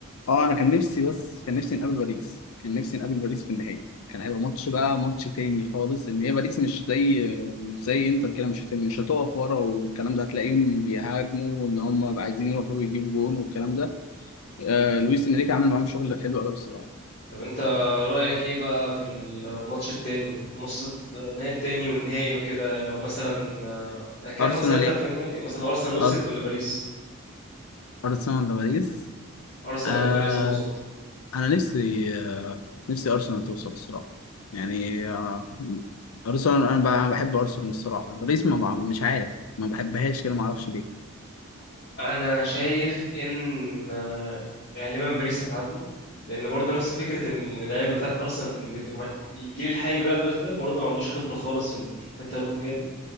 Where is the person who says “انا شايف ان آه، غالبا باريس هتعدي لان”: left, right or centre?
Left